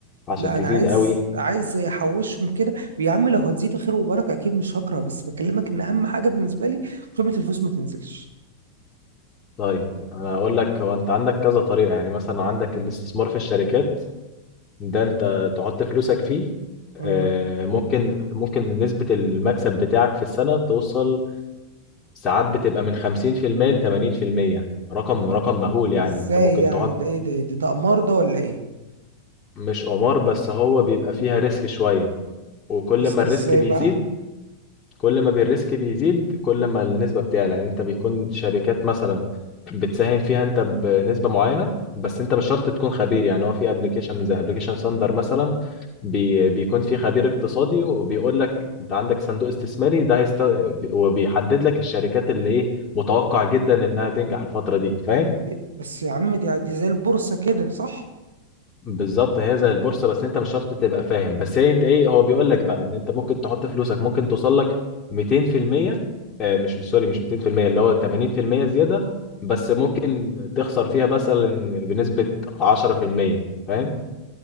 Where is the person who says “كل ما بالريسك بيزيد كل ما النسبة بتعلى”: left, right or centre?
Left